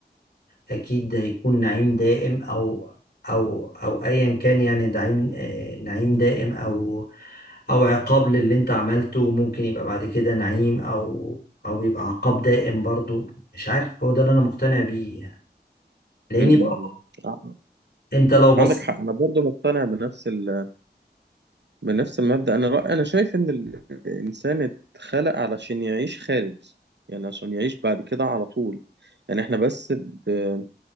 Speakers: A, on the left; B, on the right.
A: اكيد هيكون نعيم دائم او او او ايا كان يعني نعيم آه، نعيم دائم او او عقاب للي انت عملته ممكن يبقى بعد كده نعيم او او يبقى عقاب دائم برضو مش عارف هو ده اللي انا مقتنع بيه يعني لاني
B: م- م-
A: برضو
B: م. ع-
A: انت لو بصيت
B: عندك حق انا برضه مقتنع بنفس ال... بنفس المبدأ أنا رأي أنا شايف إن الإنسان اتخلق علشان يعيش خالد يعني عشان يعيش بعد كده على طول يعني إحنا بس ب-